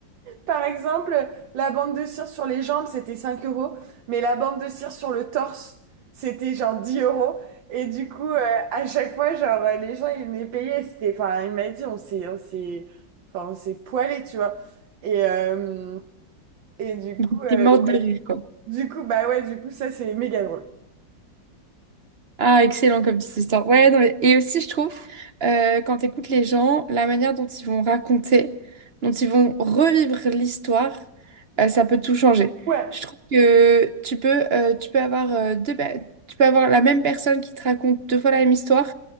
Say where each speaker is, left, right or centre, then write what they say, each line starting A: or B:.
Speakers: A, on the right (about 80°); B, on the right (about 45°).
A: par exemple, la bande de cire sur les jambes, c'était 5 euros, mais la bande de cire sur le torse, c'était genre 10 euros. Et du coup, euh, à chaque fois, genre, euh, les gens, ils venaient payer. C'était, enfin, il m'a dit, on s'est, on s'est, enfin, on s'est poilé, tu vois. Et, euh, et du
B: Ah,
A: coup, euh,
B: T'es morte
A: bah,
B: de rire, quoi.
A: du coup, bah ouais, du coup, ça, c'est méga drôle.
B: Ah, excellent comme petite histoire. Ouais, non, mais- et aussi, je trouve, euh, quand tu écoutes les gens, la manière dont ils vont raconter, dont ils vont revivre l'histoire, euh, ça peut tout changer.
A: Ouais,
B: Je trouve que tu peux, euh, tu peux avoir, euh, deux, pe- tu peux avoir la même personne qui te raconte deux fois la même histoire,